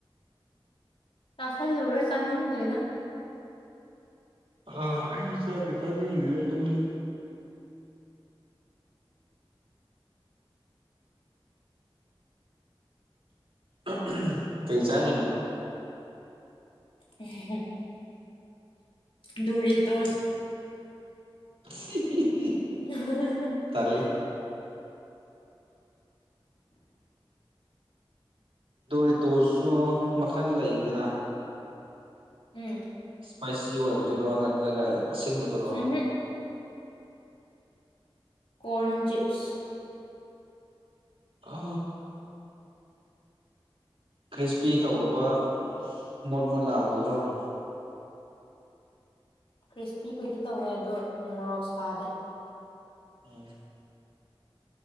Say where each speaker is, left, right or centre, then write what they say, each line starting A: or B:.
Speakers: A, on the left; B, on the right.
A: ꯆꯥꯥꯁꯜꯂꯨꯔ ꯆꯥꯅꯤꯡꯗ꯭ꯔꯦꯗ
B: ꯑꯥ ꯑꯩꯁꯨ ꯆꯥꯛꯀ ꯆꯥꯅꯤꯡꯗ ꯇꯨꯝꯃꯤ ꯑ ꯀꯩ ꯆꯥꯔꯤꯅꯣ
A: ꯎꯝ ꯗꯧꯔꯤ ꯇꯣ
B: <inaudible>
A: <inaudible>
B: ꯇꯜꯂꯦ ꯗꯣꯔꯤꯇꯣꯁꯨ ꯃꯈꯜ ꯂꯩꯗꯅ
A: ꯎꯝ
B: ꯏꯁꯄꯥꯏꯁꯤ ꯑꯣꯏꯕꯗꯨꯔꯣ ꯅꯠꯇ꯭ꯔꯒ ꯑꯁꯤꯟꯕꯗꯨꯔꯣ
A: ꯎꯝꯍꯨꯝ ꯀꯣꯔꯟ ꯆꯤꯞꯁ
B: ꯑ ꯈ꯭ꯔꯤꯁꯄꯤ ꯇꯧꯗꯕ ꯃꯣꯠ ꯃꯣꯠ ꯂꯥꯛꯎꯗꯨꯔꯣ <inaudible>
A: ꯈ꯭ꯔꯤꯁꯄꯤꯕꯨꯗꯤ ꯇꯧꯋꯦ ꯑꯗꯣ ꯃꯣꯔꯣꯛ ꯁꯥꯗꯦ
B: ꯎꯝ